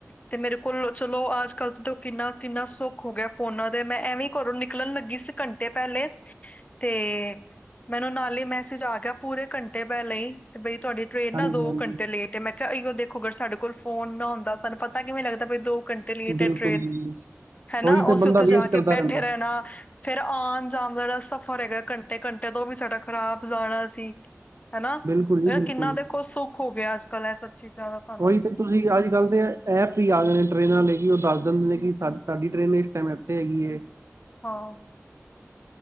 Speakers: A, on the left; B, on the right.
A: ਤੇ ਮੇਰੇ ਕੋਲੋਂ ਚਲੋ, ਅੱਜ ਕੱਲ ਤੋਂ, ਕਿੰਨਾ -ਕਿੰਨਾ, ਸੁੱਖ ਹੋ ਗਿਆ ਫੋਨਾਂ ਤੇ ਮੈਂ ਐਵੀਂ ਘਰੋਂ ਨਿਕਲਣ ਲੱਗੀ ਸੀ, ਘੰਟੇ ਪਹਿਲੇ ਤੇ। ਮੈਨੂੰ ਨਾਲੇ, ਹੀ ਮੈਸੇਜ ਆ ਗਿਆ, ਪੂਰੇ ਘੰਟੇ ਪਹਿਲਾਂ ਹੀ ਵੀ ਤੁਹਾਡੀ ਟ੍ਰਰੇਨ
B: ਹਾਂਜੀ-ਹਾਂਜੀ,
A: ਨਾ ਦੋ ਘੰਟੇ ਲੇਟ ਤੇ ਮੈਂ ਕਿਹਾ, ਇਹੋ ਦੇਖੋ ਅਗਰ ਸਾਡੇ, ਕੋਲ ਫ਼ੋਨ ਨਾ ਹੁੰਦਾ, ਸਾਨੂੰ ਪਤਾ ਕਿਵੇਂ ਲੱਗਦਾ ਵੀ ਦੋ। ਘੰਟੇ ਲੇਟ
B: ਬਿਲਕੁਲ
A: ਹੈ, ਟ੍ਰੇਨ
B: ਜੀ।
A: ਹੈ, ਨਾ
B: ਉਹੀ ਤੇ
A: ਅਸੀਂ
B: ਬੰਦਾ
A: ਉੱਥੇ ਜਾ
B: ਵੇਟ
A: ਕੇ
B: ਕਰਦਾ
A: ਬੈਠੇ
B: ਰਹਿੰਦਾ,
A: ਰਹਿਣਾ ਫੇਰ ਆਉਣ ਜਾਣ ਦਾ, ਜਿਹੜਾ ਸਫ਼ਰ ਹੈਗਾ, ਘੰਟੇ ਘੰਟੇ ਤੋਂ, ਉਹ ਵੀ ਸਾਡਾ ਖ਼ਰਾਬ ਜਾਣਾ ਸੀ। ਹੈਨਾ,
B: ਬਿਲਕੁਲ ਜੀ
A: ਇਹ
B: ਬਿਲਕੁਲ।
A: ਕਿੰਨਾ, ਦੇਖੋ ਸੁੱਖ ਹੋ ਗਿਆ ਅੱਜ ਕੱਲ ਇਹ ਸਭ ਚੀਜ਼ਾਂ ਦਾ ਸਾਨੂੰ
B: ਉਹੀ ਤੇ। ਤੁਸੀਂ ਅੱਜ ਕੱਲ ਤੇ ਇਹ ਐਪ ਹੀ ਆ ਗਏ ਨੇ, ਟ੍ਰਰੇਨਾਂ ਲ ਲਈ ਕਿ ਉਹ ਦੱਸ ਦਿੰਦੇ ਨੇ ਕਿ ਸਾਡੀ ਟ੍ਰੇਨ ਲੇਟ ਟਾਈਮ ਆਂ। ਹੈਗੀ ਹੈ।
A: ਹਾਂ।